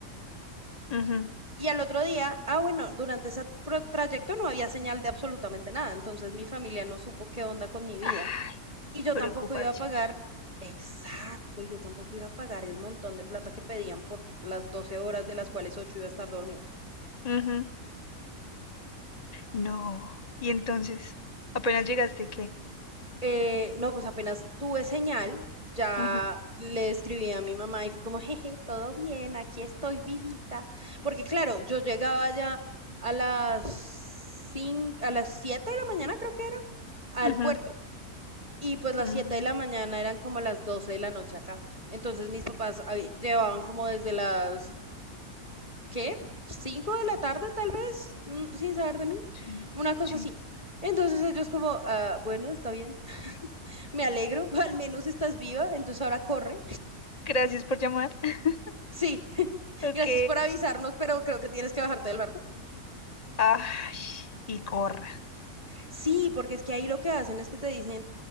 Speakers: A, on the left; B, on the right.
A: ujú.
B: Y al otro día, ah, bueno, durante ese pro- trayecto no había señal de absolutamente nada, entonces mi familia no supo qué onda con mi vida
A: Ah,
B: y yo
A: preocupadísimos.
B: tampoco iba a pagar, exacto, yo tampoco iba a pagar el montón de plata que pedían por las 12 horas de las cuales 8 iba a estar dormida.
A: Ujú. No. Y entonces, apenas llegaste, ¿qué?
B: Eh, no, pues apenas tuve señal, ya
A: Ujú,
B: le escribí a mi mamá y fue como, jeje, todo bien, aquí estoy vivita. Porque claro, yo llegaba ya a las cin- a las 7 de la mañana, creo que era, al
A: ujú,
B: puerto. Y pues las
A: mm,
B: 7 de la mañana eran como las 12 de la noche acá. Entonces mis papás habi- llevaban como desde las, ¿qué? cinco de la tarde tal vez, mm, sin saber de mí,
A: sí,
B: una cosa
A: sí.
B: así. Entonces ellos como, "Ah, bueno, está bien, me alegro, <laughs> al menos estás viva, entonces ahora corre.
A: Gracias por llamar. <laughs>
B: Sí, <laughs>
A: Ok.
B: gracias por avisarnos, pero creo que tienes que bajarte del barco.
A: Ay, y corra.
B: Sí, porque es que ahí lo que hacen es que te dicen